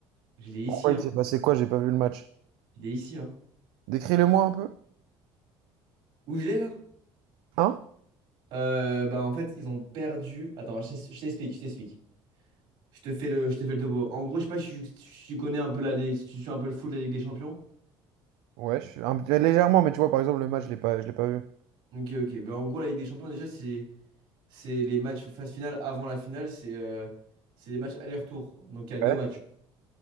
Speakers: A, on the right; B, on the right.
A: je l'ai ici,
B: Pourquoi
A: hein.
B: il s'est passé quoi? J'ai pas vu le match.
A: Je l'ai ici, hein.
B: Décris-le-moi un peu.
A: Où je l'ai, là?
B: Hein?
A: Euh, bah, en fait, ils ont perdu. Attends, je t'ex- je t'explique, je t'explique. Je te fais le, je te fais le topo. En gros, je sais pas si tu si tu connais un peu la, les- si tu suis un peu le foot de la Ligue des Champions.
B: Ouais, je suis un petit- légèrement, mais tu vois, par exemple, le match, je l'ai pas, je l'ai pas vu.
A: Ok, ok. Bah, en gros, la Ligue des Champions, déjà, c'est, c'est les matchs phase finale avant la finale. C'est euh, c'est les matchs aller-retour. Donc, il y a deux
B: Ouais.
A: matchs.